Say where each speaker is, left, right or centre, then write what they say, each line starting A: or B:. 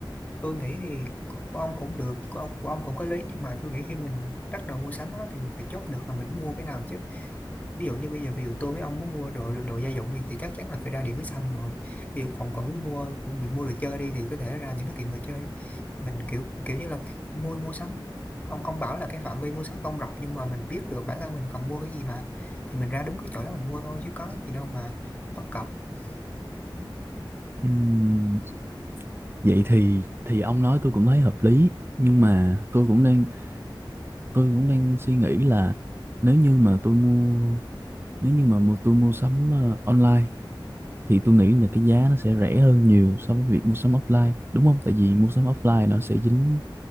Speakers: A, on the left; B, on the right.
A: tôi nghĩ thì của của ông cũng được của ông, của ông cũng có lý nhưng mà tôi nghĩ khi mình bắt đầu mua sắm á, thì mình phải chốt được là mình muốn mua cái nào chứ ví dụ như bây giờ ví dụ tôi với ông muốn mua đồ đồ gia dụng thì, thì chắc chắn là phải ra Điện Máy Xanh rồi ví dụ còn còn muốn mua còn muốn mua đồ chơi đi thì có thể ra những cái tiệm đồ chơi mình kiểu kiểu như là mua mua sắm ông ông bảo là cái phạm vi mua sắm không rộng nhưng mà mình biết được bản thân mình cần mua cái gì mà thì mình ra đúng cái chỗ đó mình mua thôi chứ có cái gì đâu mà bất cập Ừ,
B: Ừm, vậy thì thì ông nói tôi cũng thấy hợp lý nhưng mà tôi cũng đang tôi cũng đang suy nghĩ là nếu như mà tôi mua nếu như mà mua tôi mua sắm ờ, online thì tôi nghĩ là cái giá nó sẽ rẻ hơn nhiều so với việc mua sắm offline đúng không? Tại vì mua sắm offline nó sẽ dính